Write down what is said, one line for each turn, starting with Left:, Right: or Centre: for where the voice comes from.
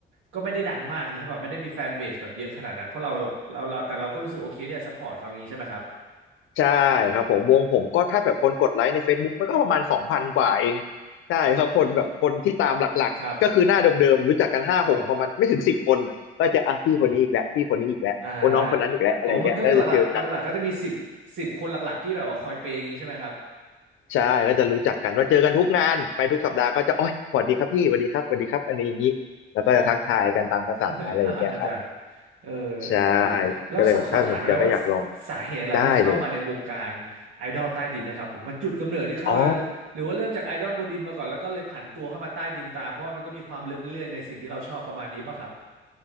Right: ก็ไม่ได้ดังมากอย่างนี้ใช่ป่ะไม่ได้มีแฟนเบสแบบเยอะขนาดนั้นเพราะเราเราเราแต่เราก็รู้สึกโอเคที่จะซัพพอร์ตเขาอย่างนี้ใช่ไหมครับ
Left: ใช่ครับผมวงผมก็ถ้าแบบคนกดไลค์ใน Facebook มันก็ประมาณสองพันกว่าเองใช่ครับคนแบบคนที่ตามหลักๆก็คือหน้าเดิมๆรู้จักกันห้าหกประมาณไม่ถึงสิบคนน่ะก็จะอ่ะพี่คนนี้อีกแล้วพี่คนนี้อีกแล้วโอ้น้องคนนั้นอีกแล้วอะไรเงี้ยแล้วจะเจอกัน
Right: ก็ครับก็อ่าอ๋อมันก็จะหลักๆหลักๆก็จะมีสิบสิบคนหลักๆที่แบบว่าคอยเปย์อย่างนี้ใช่ไหมครับ
Left: ใช่ก็จะรู้จักกันว่าเจอกันทุกงานไปทุกสัปดาห์ก็จะโอ้ยสวัสดีครับพี่สวัสดีครับสวัสดีครับอันนี้อย่างนี้แล้วก็จะทักทายกันตามภาษาอะไรอย่างเงี้ยครับ
Right: ครับ <laughs> เฮ้ยน่ารักกันจังเออ
Left: ใช่
Right: จริงแล้วสักขอถามได้ไหมว่า
Left: ก็เลยแบบถ้าสนใจก็อยากลอง
Right: สาเหตุอะไรที่เข้ามาในวงการไอดอลใต้ดินนะครับผมมันจุดกำเนิดที่เข้าแล้วหรือหรือว่าเริ่มจากไอดอลบนดินมาก่อนแล้วก็เลยผันตัวเข้ามาใต้ดินตามเพราะว่ามันก็มีความลึกเรื่อยๆในสิ่งที่เราชอบประมาณนี้ป่ะครับ
Left: ได้เลยอ๋อ